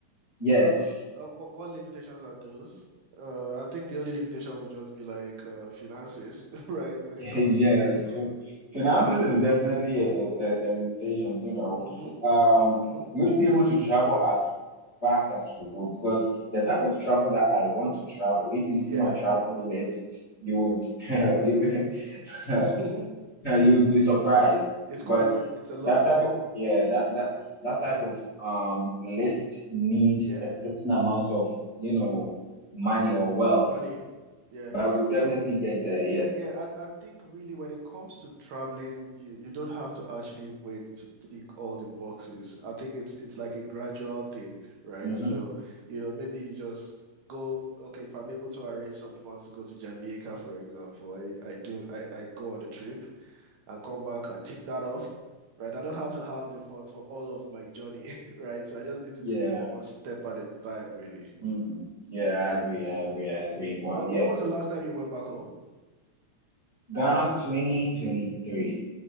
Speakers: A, on the left (about 35°); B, on the right (about 75°).
A: yes.
B: Uh, uh what what limitations are those? Uh, I think the only limitation would just be like uh, finances, <laughs> right?
A: <laughs>
B: When
A: Yes,
B: it comes
A: fi- fi- finances
B: to
A: is definitely a, a, a limitations, you know.
B: <laughs>
A: Um,
B: hmm
A: you wouldn't be able to travel as fast as you would because the type of travel that I want to travel, if you see
B: Yeah.
A: my travel list, you would <laughs> you, <laughs>
B: <laughs>
A: you would be surprised.
B: It's
A: But
B: quite it's it's a lot,
A: that
B: right?
A: type of yeah, that that that type of um list needs
B: Yeah,
A: a certain amount of, you know, money or wealth.
B: money. Yeah.
A: But we'll definitely
B: So
A: get there, yes.
B: yeah, yeah, I I think really when it comes to traveling, you you don't have to actually wait to tick all the boxes. I think it's it's like a gradual thing, right?
A: hmm
B: So, you know, maybe you just go, okay, if I'm able to arrange some funds to go to Jamaica, for example, I I do I I go on the trip. and come back and tick that off, right? I don't have to have the funds for all of my journey, <laughs> right? So I just need to
A: Yeah.
B: do it like one step at a time, really.
A: hmm Yeah, I agree. I agree. I agree. What?
B: Where,
A: Yeah,
B: where was the last time you went back home?
A: Ghana 2023.